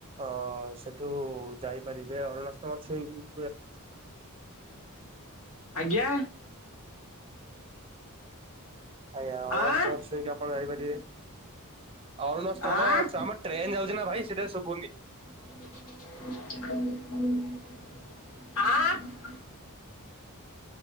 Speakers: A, on the right; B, on the left.
A: ଅ ତୁ ଯାଇପାରିବେ ଅରୁଣ ସ୍ତମ୍ବ ଛୁଇ
B: ଆଜ୍ଞା।
A: ଆଜ୍ଞା ଅରୁଣ
B: ଆଁ
A: ସ୍ତମ୍ଭ ଛୁଇଁକି ଆପଣ ଯାଇପାରିବେ ଅରୁଣ ସ୍ତମ୍ବ
B: ଆଁ
A: ଛା ଟ୍ରେନ ଯାଉଚି ନା ଭାଇ ସେଟା ଶୁଭୁନି।
B: ଆ